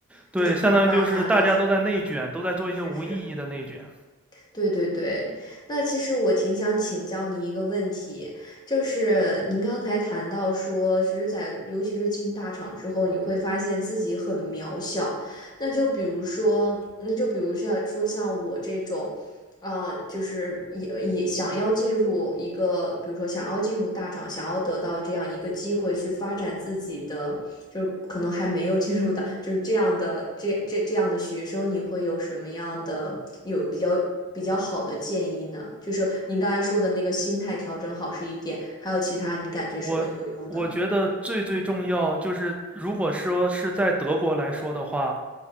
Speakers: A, in the centre; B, on the left (about 20°).
A: 对，
B: 就是加班啊这些，
A: 相当于就是大家都在内卷，都在做一些无意义的内卷。
B: 是是是。对对对，那其实我挺想请教您一个问题，就是您刚才谈到说，其实在，尤其是进大厂之后，你会发现自己很渺小。那就比如说，那就比如像说像我这种，啊，就是也也想要进入一个，比如说想要进入大厂，想要得到这样一个机会去发展自己的，就是可能还没有进入的，就是这样的这这这样的学生，你会有什么样的有比较比较好的建议呢？就是你刚才说的那个心态调整好是一点，还有其他你感觉什么有用的呢？
A: 我我觉得最最重要就是，如果说是在德国来说的话，